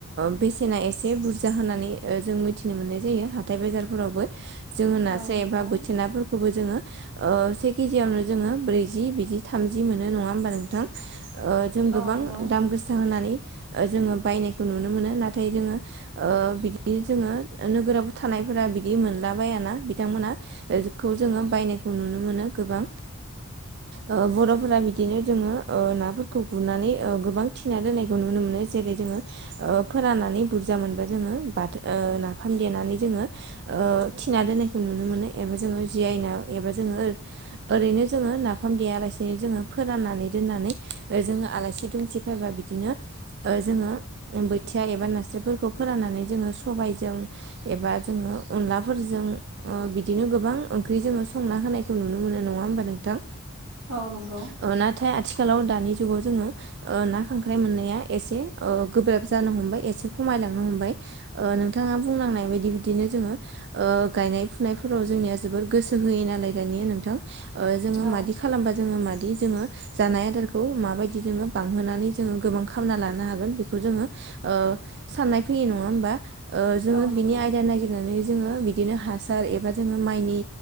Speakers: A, on the right; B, on the right.
A: बेसेना एसे बुरजा होननानै ओ जों मिथिनो मोननाय जायो। हाथाइ बाजारफोरावबो जोङो नास्राय
B: औ नंगौ
A: एबा बोथिया नाफोरखौबो जोङो ओ से केजियावनो जोङो ब्रैजि बिदि थामजि मोनो नङा होमबा नोंथां। ओ जों गोबां
B: औ नंगौ
A: दाम गोसा होनानै ओ जोङो बायनायखौ नुनो मोनो नाथाय जोङो ओ बिदि जोङो नोगोराव थानायफोरा बिदि मोनलाबायाना बिथांमोना ओ खौ जोङो बायनायखौ नुनो मोनो गोबां। ओ बर'फोरा बिदिनो जोङो ओ नाफोरखौ गुरनानै गोबां थिना दोनायखौ नुनो मोनो। जेरै जोङो ओ फोरनानै बुरजा मोनबा बाथो ओ नाफाम देना नै जोङो ओ थिनादोनायखौ नुनो मोनो एबा जोङो जियायना ऐसा जोङो ओरैनो बिदिनो जोङो नाफाम देया आलासिनो जोङो फोराननानै दोननानै जोङो आलासि दुमसि फैबा बिदिनो ओ जोङो बोथिया एबा नास्रफोरखौ फोराननानै जोङो सबायजों एबा जोङो अनलाफोरजों ओ बिदिनो गोबां ओंख्रि जोङो संना होनायखौ नुनो मोनो नङा। होमबा नोंथां।
B: औ नंगौ।
A: ओ नाथाय आथिखालाव दानि जुगाव जोङो ओ ना खांख्राइ मोननाया एसे गोब्राब जानो हमबाय एसे खमाय लांनो हमबाय ओ नोंथाङा बुलांनाय बायदि। बिदि बिदिनो जोङो ओ गायनाय फुनायफोराव जोंनिया जोबोर गोसो होय नालाय दानिया नोंथां। ओ जोङो
B: औ
A: मादि खालामबा जोङो मादि बिदि जोङो जानाय आदारखौ माबायदि जोङो बांहोनानै जोङो गोबां खामना लानो हागोन बेखौ जोङो ओ साननाय फैयो नङा होमबा जोङो
B: औ नंगौ
A: बिनि आय जोङो बिदिनो हासार एबा जोङो माइनि